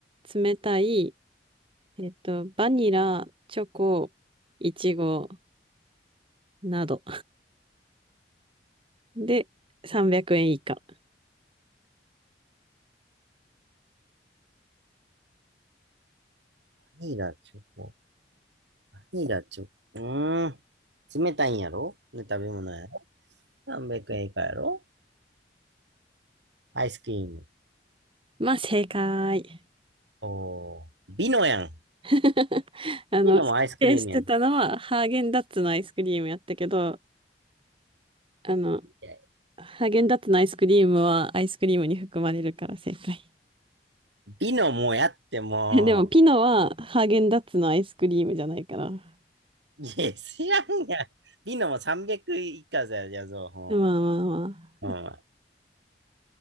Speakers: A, on the right; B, on the right.
A: 冷たい、えっと、バニラ、チョコ、イチゴなどで300円以下。
B: バニラチョコ。バニラチョコ。うーん。冷たいんやろね、食べ物やろ。300円以下やろアイスクリーム。
A: まあ、正解。
B: おー。ビノやん。
A: <laughs> あの、
B: ビノもアイスクリームやん。
A: 否定してたのは、
B: い
A: ハーゲンダッツのアイスクリームやったけど、あの、
B: や
A: ハーゲンダッツのアイスクリームはアイスクリームに含まれるから正解。
B: ビノもやっても
A: <laughs> いやでも、ピノはハーゲンダッツのアイスクリームじゃないから。
B: う。いや、知らんやん。ビノも300以下だよ、じゃあ、そ
A: まあまあまあ。
B: う。うん。